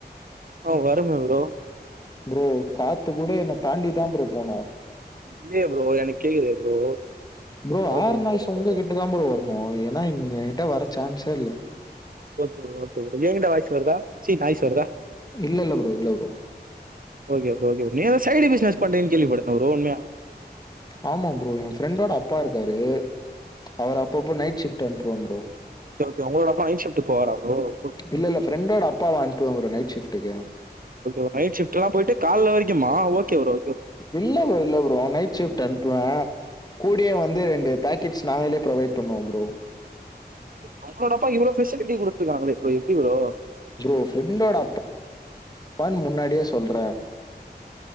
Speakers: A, on the right; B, on the left.
A: ஆ வருமே ப்ரோ
B: ப்ரோ காத்து கூட என்ன தாண்டிதா ப்ரோ போணு
A: இல்லையே ப்ரோ எனக்கு கேக்குதே ப்ரோ.
B: ப்ரோ
A: ஓகே
B: ஏர் நாய்ஸ்
A: ஓகே ப்ரோ
B: உங்க கிட் டதா ப்ரோ வரணு ஏன்னா இங்க எகிட்ட வர சான்ஸே இல்ல
A: ஓகே ப்ரோ ஓகே ப்ரோ எங்கிட்ட வாய்ஸ் வருதா சீ நாய்ஸ் வருதா
B: இல்லல்ல புரோ இல்ல bro
A: okay bro okay bro நீ எதோ சைடு பிசினஸ் பண்றீங்கன் கேள்விபட்டனே புரோ உண்மயா
B: ஆமா ப்ரோ என் ஃப்ரெண்டோட அப்பா இருக்காரு அவர் அப்பப்போ நைட் ஷிப்ட் அனுப்புவ ப்ரோ
A: ஓகே ஓகே உங்ளோட அப்பா நைட் ஷிப்ட் போவாரா ப்ரோ ஓகே ப்ரோ
B: இல்ல, இல்ல ஃப்ரெண்டோட அப்பாவ அனுப்புவேன் ப்ரோ நைட் ஷிஃப்ட்டுக்கு.
A: ஒரு நைட் ஷிப்ட்லா போய்ட்டு கால்ல வரிக்குமா ஓகே புரோ
B: இல்ல புரோ இல்ல புரோ நைட் ஷிப்ட் அன்ப்புவ கூடயே வந்து ரெண்டு பேக் கிட்ஸ் நாங்களே ப்ரொவைட் பண்ணுவோ ப்ரோ
A: அவுங்களோட அப்பா இவ்ளோ ஃபெசிலிட்டி குடுத்துருக்காங்களே இப்ப எப்டி ப்ரோ
B: புரோ ஃப்ரெண்டோட அப்பான் முன்னாடியே சொல்ற